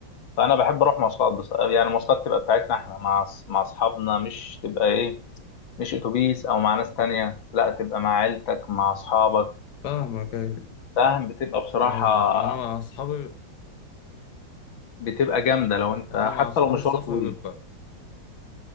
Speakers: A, on the left (about 80°); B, on the left (about 60°).
A: فانا بحب اروح مواصلات بس يعني مواصلات تبقى بتاعتنا احنا مع أص- مع اصحابنا مش تبقى ايه مش اتوبيس او مع ناس تانية لا تبقى مع عيلتك مع اصحابك
B: فاهمك ايوه
A: فاهم بتبقى بصراحة
B: ايوه انا مع اصحابي
A: بتبقى جامدة لو انت
B: انا
A: حتى
B: مع اصحابي
A: لو مشوار
B: السفر
A: طويل
B: بيبقى